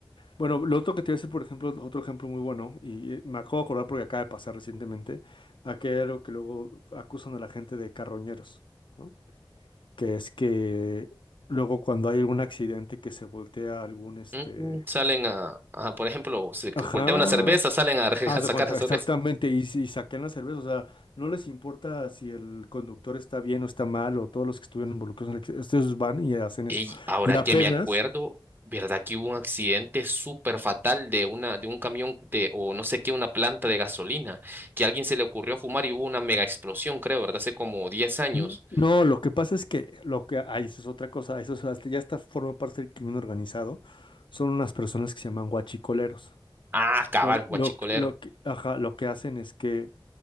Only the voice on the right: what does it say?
Mm, salen a, a, por ejemplo, se
voltea una cerveza, salen a, <laughs> a
sacar
la cerveza.
Y ahora
que me acuerdo, ¿verdad que hubo un accidente súper fatal de una, de un camión de, o no sé qué, una planta de gasolina, que a alguien se le ocurrió fumar y hubo una mega explosión, creo, ¿verdad? Hace como diez años.
Ah, cabal,
guachicolero.